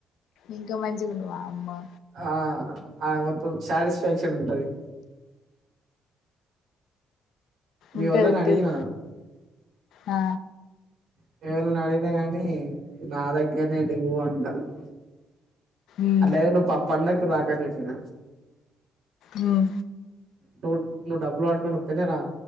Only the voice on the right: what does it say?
ఆ ఆ మొత్తం సాటిస్ఫాక్షన్ ఉంటది మీ
వొల్లన్
అడిగిన
మీ వొళ్ళని అడిగినా గాని నా దగ్గర నే లెవ్వు అంటళ్లు
అట్లైదే నువ్వు పాపండక్కు రాకని చెప్పిన
టోన్ నువ్వు డబ్బులు పట్టుకొని అత్తేనే రా